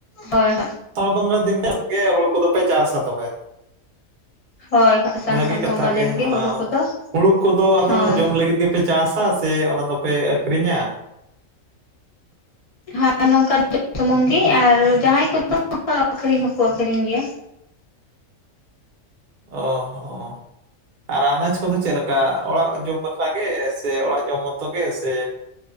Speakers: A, on the left; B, on the right.
A: ᱦᱳᱭ ᱦᱳᱭ
B: ᱟᱥᱟᱲ ᱵᱚᱸᱜᱟ ᱫᱤᱱ ᱜᱮ ᱛᱚᱵᱮ ᱦᱳᱲᱳ ᱠᱚᱫᱚᱯᱮ ᱪᱟᱥᱟ ᱛᱚᱵᱮ᱾
A: ᱦᱳᱭ ᱟᱥᱟᱱ
B: ᱵᱷᱟᱹᱜᱤ
A: ᱥᱟᱱ
B: ᱠᱟᱛᱷᱟ
A: ᱵᱚᱸᱜᱟ
B: ᱜᱮ
A: ᱫᱤᱱ
B: ᱚᱱᱟ
A: ᱦᱩᱲᱩ
B: ᱦᱚ
A: ᱠᱚᱫᱚ
B: ᱦᱩᱲᱩ ᱠᱚᱫᱚ ᱟᱫᱚ
A: ᱦᱳᱭ
B: ᱡᱚᱢ ᱞᱟᱹᱜᱤᱫ ᱜᱮᱼᱼ ᱜᱮᱞᱮ ᱪᱟᱥᱟ ᱥᱮ ᱚᱱᱟ ᱫᱚᱯᱮ ᱟᱹᱠᱷᱨᱤᱧᱟ
A: ᱦᱮᱸ ᱱᱚᱝᱠᱟ ᱡᱚᱢ ᱥᱩᱢᱩᱝ ᱜᱮ, ᱟᱨ ᱡᱟᱦᱟᱸᱭ ᱠᱚᱫᱚ ᱟᱠᱷᱨᱤᱧ ᱦᱚᱸᱠᱚ ᱟᱠᱷᱨᱤᱧ ᱜᱮᱭᱟ᱾
B: ᱚ ᱦᱚᱸ ᱟᱨ ᱟᱱᱟᱡᱽ ᱠᱚᱫᱚ ᱪᱮᱫ ᱞᱮᱠᱟ? ᱚᱲᱟᱜ ᱡᱚᱢ ᱵᱟᱠᱷᱨᱟ ᱜᱮ ᱥᱮ ᱚᱲᱟᱜ ᱡᱚᱢ ᱢᱚᱛᱚ ᱜᱮ ᱥᱮᱼᱼ